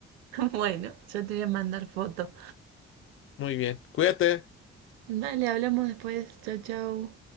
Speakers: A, on the right; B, on the left.
A: bueno, yo te voy a mandar foto.
B: Muy bien. Cuídate.
A: Dale, hablamos después. Chau, chau.